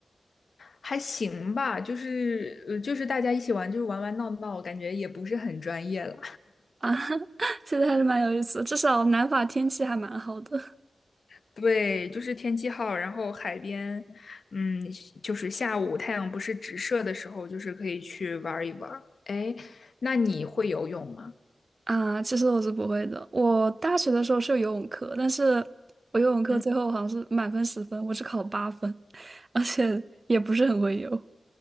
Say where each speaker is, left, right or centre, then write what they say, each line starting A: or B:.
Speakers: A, on the left; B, on the right.
A: 还行吧。就是呃，就是大家一起玩，就是玩玩闹闹，感觉也不是很专业了。
B: 啊，<laughs> 其实还是蛮有意思的，至少南法天气还蛮好的
A: <laughs> 对，就是天气好，然后海边，嗯，就是下午太阳不是直射的时候，就是可以去玩一玩。哎，那你会游泳吗？
B: 啊。其实我是不会的，我大学的时候是有游泳课，但是我游泳课最后好像是满分十分，
A: 嗯
B: 我只考了八分，而且也不是很会游